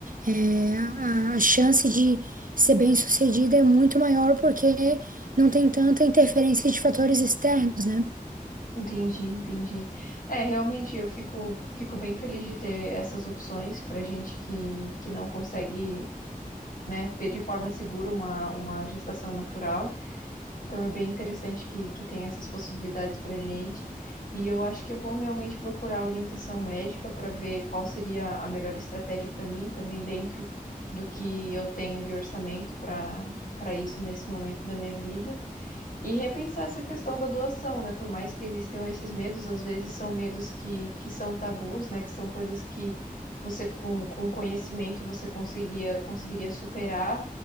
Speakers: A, on the right; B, on the left.
A: é, a, a chance de ser bem-sucedida é muito maior porque não tem tanta interferência de fatores externos, né?
B: Entendi, entendi. É, realmente eu fico, fico bem feliz de ter essas opções para gente que, que não consegue, né, ter de forma segura uma, uma gestação natural. Então é bem interessante que, que tem essas possibilidades para gente. E eu acho que eu vou realmente procurar orientação médica para ver qual seria a melhor estratégia para mim, também dentro do que eu tenho de orçamento para para isso nesse momento da minha vida. E repensar essa questão da doação, né? Por mais que existam esses medos, às vezes são medos que, que são tabus, né? Que são coisas que você, com, com conhecimento, você conseguiria, conseguiria superar